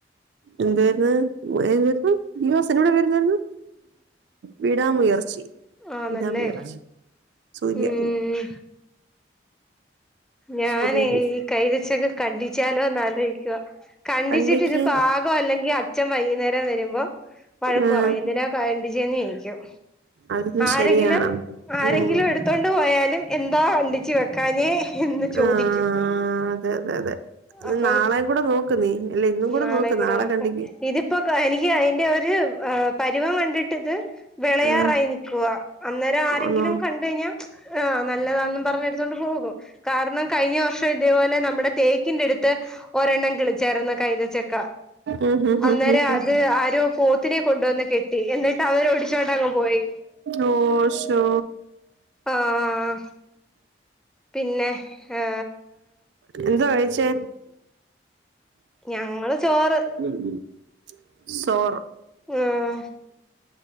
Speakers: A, on the right (about 70°); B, in the centre.
A: എന്തായിരുന്നു <unintelligible> യോ സിനിമേടെ പേരെന്തായിരുന്നു വിടാ മുയർ ശെരി
B: ആന്നല്ലേ
A: വിടാമുയർച്ചി സൂര്യ
B: ഉം ഞാനെ
A: സൂര്യ
B: ഈ കൈതച്ചക്ക കണ്ടിച്ചാലോന്ന് ആലോചിക്കുവാ കണ്ടിച്ചിട്ട്
A: കണ്ണിക്ക്
B: ഇത് പാകം അല്ലെങ്കിൽ അച്ഛൻ വൈകുന്നേരം വരുമ്പോ വഴക്ക്
A: ആഹ്
B: പറയും എന്തിനാ കണ്ടിച്ചെന്ന് ചോയിക്കും
A: അതും
B: ആരെങ്കിലും
A: ശരിയാണ്
B: ആരെങ്കിലും
A: ഉം
B: എടുത്തോണ്ട് പോയാലും എന്താ ആ ണ്ടിച്ചു വെക്കാഞ്ഞേ ന്ന് ചോദിക്കും
A: ആഹ് അതെ അതെ അതെ
B: അപ്പം
A: നാളെയും കൂടെ നോക്ക് നീ അല്ല ഇന്നും
B: നാളേം
A: നോക്ക്
B: കൂടെ
A: നാളെ
B: നോക്കാം
A: കണ്ടിക്ക്
B: ഇതിപ്പോ കാ എനിക്ക് എന്റെ ഒരു പരിവം കൺ <unintelligible> വേളയാറായി
A: ആഹ്
B: നിക്കുവാ അന്നേരം ആങ്കിലും
A: ആന്നോ
B: കണ്ട് കഴിഞ്ഞാൽ ആ നല്ലതാനും പറഞ്ഞ് എടുത്തോണ്ട് പോവും കാരണം കഴിഞ്ഞ വർഷം ഇതേപോലെ നമ്മുടെ തെ ഇതിന്റെടുത് ഒരെണ്ണം കിളിച്ചായിരുന്നു കൈതച്ചക്ക
A: ഉം ഹും ഹും
B: അന്നേരം
A: ഹും ഹും
B: അത് ആരോ പോത്തിനെ കൊണ്ട് വന്ന് കെട്ടി എന്നിട്ട് അവരോടിച്ചോണ്ടങ്ങു പോയി.
A: ഓ ശോ
B: ആഹ് പിന്നെ ആ
A: എന്തുവാ കഴിച്ചേ
B: ഞങ്ങള് ചോറ്
A: <inaudible> സോർ
B: ആഹ